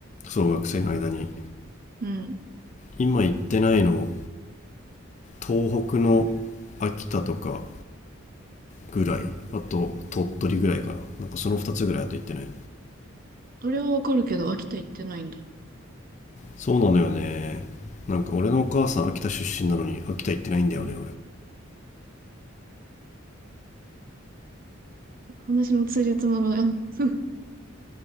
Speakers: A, on the left; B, on the right.
A: そう学生の間に
B: うん。
A: 今行ってないの東北の秋田とかぐらいあと鳥取ぐらいかななんかその2つぐらいあと行ってない
B: あれはわかるけど、秋田行ってないんだ。
A: そうなのよねなんか俺のお母さん秋田出身なのに秋田行ってないんだよね
B: 話の通じつまがない。<laughs>